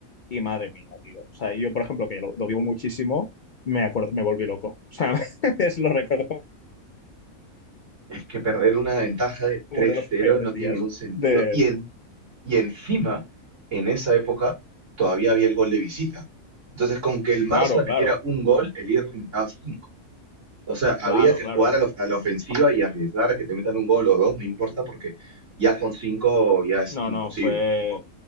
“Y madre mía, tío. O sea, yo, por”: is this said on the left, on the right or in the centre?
Left